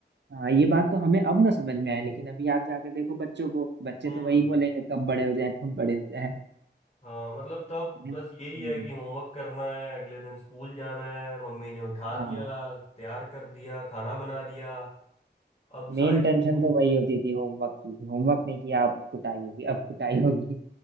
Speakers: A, on the right; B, on the left.
A: हाँ ये बात तो हमें अब ना समझ में आए लेकिन अभी आप जाके देखो बच्चों को बच्चे
B: हम्म
A: तो वही बोलेंगे कब बड़े हो जाए कब बड़े हो जाए
B: हाँ मतलब तब
A: हम्म,
B: बस यही है कि होमवर्क करना है अगले दिन स्कूल जाना है मम्मी ने उठा
A: हाँ
B: दिया तैयार कर दिया खाना बना दिया अब सारी
A: मेन टेंशन
B: चीजें
A: तो वही होती थी होमवर्क की होमवर्क नहीं किया अब कुटाई होगी अब कुटाई होगी